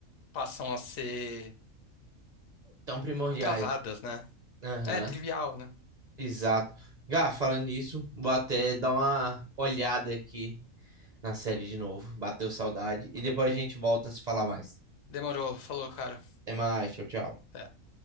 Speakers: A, on the left (about 75°); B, on the right (about 40°).
A: passam a ser
B: Tão primordiais.
A: atrasadas, né?
B: Aham.
A: É trivial, né?
B: Exato. Gá, falando nisso, vou até dar uma olhada aqui na série de novo. Bateu saudade. E depois a gente volta a se falar mais.
A: Demorou, falou, cara.
B: Até mais. Tchau, tchau.
A: Até.